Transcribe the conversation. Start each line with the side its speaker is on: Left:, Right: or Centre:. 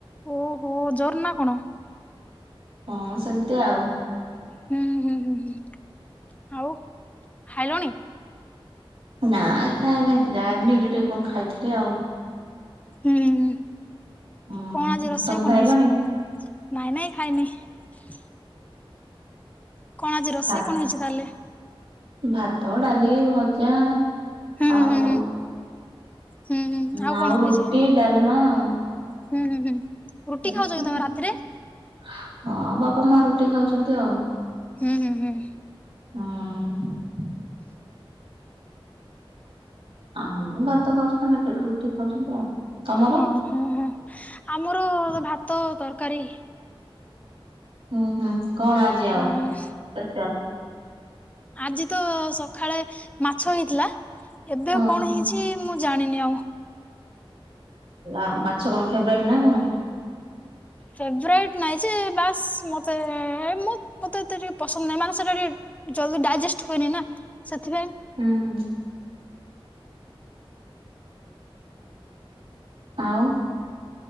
Left: ଓହୋ ଜର ନା କଣ?
Right: ହଁ ସେମତି ଆଉ।
Left: ହୁଁ ହୁଁ ହୁଁ ହୁଁ ଆଉ ଖାଇଲଣି?
Right: ନା ଖାଏନେଇଁ ଯା ଇଭିନିଂ ଟିକେ କଣ ଖାଇଥିଲି ଆଉ।
Left: ହୁଁ ହୁଁ
Right: ହୁଁ
Left: କଣ ଆଜି ରୋଷେଇ
Right: ତମେ
Left: କଣ
Right: ଖାଇଲଣି?
Left: ହେଇଚି? ନାଇଁ ନାଇଁ ଖାଇନେଇଁ। କଣ ଆଜି ରୋଷେଇ
Right: ଭା
Left: କଣ ହେଇଚି ତାଲେ?
Right: ଭାତ, ଡାଲି, ଭଜା
Left: ହୁଁ ହୁଁ
Right: ଆଉ
Left: ହୁଁ ହୁଁ ହୁଁ
Right: ଆଉ
Left: କଣ
Right: ରୁଟି,
Left: ହେଇଛି?
Right: ଡାଲମା ଆଉ‌।
Left: ହୁଁ ହୁଁ ହୁଁ।
Right: ରୁଟି
Left: ଖାଉଛ
Right: କରିଚ
Left: କି ତମେ ରାତିରେ?
Right: ହଁ ବାପା ମା ରୁଟି ଖାଉଚନ୍ତି ଆଉ।
Left: ହୁଁ ହୁଁ ହୁଁ।
Right: ହଁ ଆମେ ଭାତ ଖାଉଚୁ ସମସ୍ତେ ରୁଟି ଖାଉନ୍ତି ଆଉ ତମର?
Left: ହଁ ହଁ ହଁ ଆମର ଭାତ, ତରକାରୀ।
Right: ହୁଁ ହୁଁ କଣ ଆଜି
Left: ହଁ
Right: ଆଉ ସ୍ଫେସିଆଲ୍?
Left: ଆଜି ତ ସଖାଳେ ମାଛ ହେଇଥିଲା। ଏବେ
Right: ଓହୋ
Left: କଣ ହେଇଚି। ମୁଁ ଜାଣିନି ଆଉ।
Right: ନା ମାଛ କଣ ଫେବରାଇଟ୍ ନା କଣ?
Left: ଫେବରାଇଟ୍ ନାଇଁ ଯେ ବାସ୍ ମତେ ମତେ ଏତେ ଟିକେ ପସନ୍ଦ ନାହିଁ ମାନେ ସେଟା ଟିକେ ଜଲ୍ଦି ଡାଇଜେଷ୍ଟ ହୁଏନି ନା ସେଥିପାଇଁ।
Right: ହୁଁ ହୁଁ। ଆଉ?